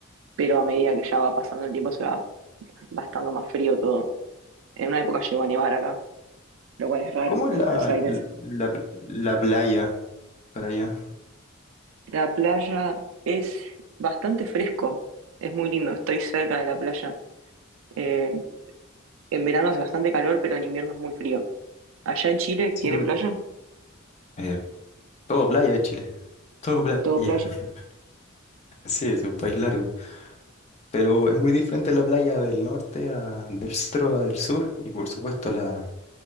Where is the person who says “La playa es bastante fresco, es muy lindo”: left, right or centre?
Right